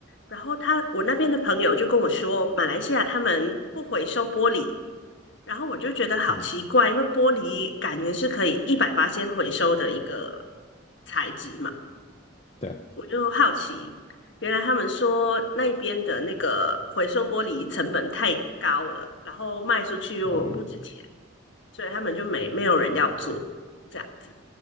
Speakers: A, on the left; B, on the left.
A: 然后他我那边的朋友就跟我说，马来西亚他们不回收玻璃，然后我就觉得好奇怪，
B: 嗯，
A: 因为玻璃感觉是可以一百八先回收的一个材质嘛，
B: 对啊。
A: 我就好奇，原来他们说那边的那个回收玻璃成本太高了，然后卖出去又不值钱。
B: 哦，
A: 所以他们就没没有人要做这样子，